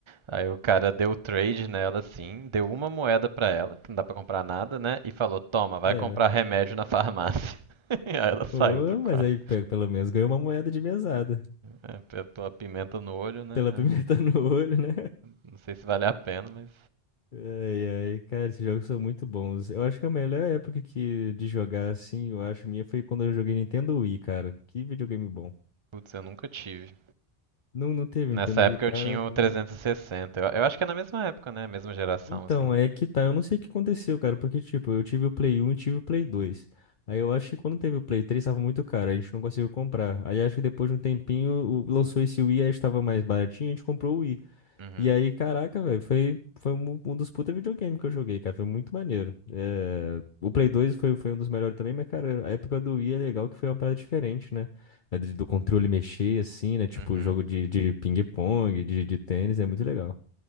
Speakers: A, on the right; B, on the left.
A: Aí o cara deu trade nela assim, deu uma moeda pra ela, que não dá pra comprar nada, né? E falou: Toma, vai
B: É.
A: comprar remédio na farmácia. <laughs> Aí ela saiu
B: Ô,
A: do quarto.
B: mas aí pe- pelo menos ganhou uma moeda de mesada.
A: É, é, pela pimenta no olho, né?
B: Pela pimenta
A: é.
B: <laughs> no olho, né?
A: Não sei se vale a pena, mas
B: Ai, ai, cara, esses jogos são muito bons. Eu acho que a melhor época que de jogar assim, eu acho minha, foi quando eu joguei Nintendo Wii, cara. Que videogame bom.
A: putz, eu nunca tive.
B: Não, não teve
A: Nessa
B: Nintendo
A: época
B: Wii, cara,
A: eu tinha
B: pô.
A: o 360. Eu, eu acho que é na mesma época, né? Mesma geração,
B: Então,
A: assim.
B: é que tá, eu não sei o que aconteceu, cara, porque, tipo, eu tive o Play 1 e tive o Play 2. Aí eu acho que quando teve o Play 3 tava muito caro, a gente não conseguiu comprar. Aí acho que depois de um tempinho o- lançou esse Wii, aí estava mais baratinho, a gente comprou o Wii.
A: Uhum.
B: E aí, caraca, velho, foi, foi um, um dos puta videogame que eu joguei, cara, foi muito maneiro. É, o Play 2 foi, foi um dos melhores também, mas, cara, a época do Wii é legal que foi uma parada diferente, né? É de- Do controle mexer, assim, né? Tipo,
A: Uhum.
B: jogo de,
A: O
B: de ping-pong, de, de tênis, é muito legal.